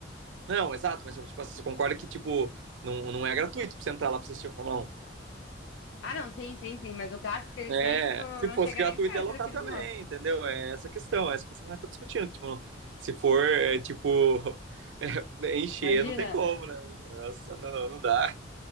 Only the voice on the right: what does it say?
não, exato, mas tipo, assim, você concorda que tipo, não, não é gratuito pra você entrar lá pra você assistir a Fórmula Um?
É,
se fosse
gratuito,
ia lotar
também,
entendeu? É essa questão, é essa questão que nós estamos discutindo. Tipo, se for, é, tipo, <laughs> é, encher,
não tem como, né? Nossa, não, não, não dá.